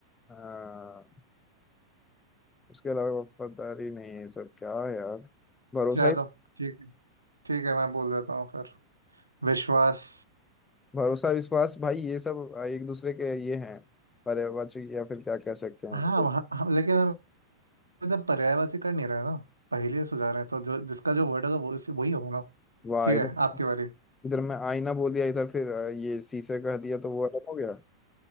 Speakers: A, on the left; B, on the right.
A: अ, उसके अलावा वफादारी नहीं है सब क्या है यार भरोसा
B: चलो
A: ही
B: ठीक ठीक है मैं बोल देता हूँ फिर विश्वास
A: भरोसा विश्वास भाई ये सब एक दूसरे के ये हैं पर्यायवाची या फिर क्या कह सकते हैं
B: हाँ वहाँ- हाँ, लेकिन हम मतलब पर्यायवाची कर नहीं रहे ना पहेलियाँ सुझा रहे हैं तो जो जिसका जो वर्ड होगा वो उसी- वही होगा ना
A: वाह
B: ठीक
A: इधर
B: है आपकी बारी
A: इधर मैं आईना बोल दिया इधर फिर अ, ये शीशे कह दिया तो वो अलग हो गया